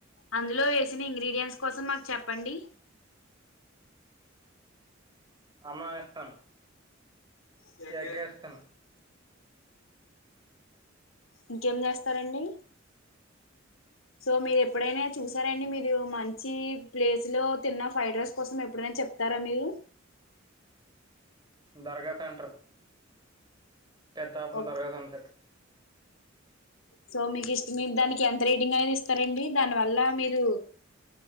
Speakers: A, on the left; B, on the right.
A: అందులో వేసిన ఇంగ్రీడియంట్స్ కోసం మాకు చెప్పండి
B: అన్నం వేస్తాను
A: గ
B: ఎగ్ వేస్తాను
A: ఇంకేం చేస్తారండి సో మీరు ఎప్పుడైనా చూసారండి మీరు మంచి ప్లేస్ లో తిన్న ఫ్రైడ్ రైస్ కోసం ఎప్పుడైనా చెప్తారా మీరు
B: దర్గా <unintelligible> పెద్ద ఆఫర్ం
A: ఓకే
B: తరగతుంటే
A: సో మీకు ఇష్ట మీ దానికి ఎంత రీటింగ్ అనేది ఇస్తారండి దాని వల్ల మీరు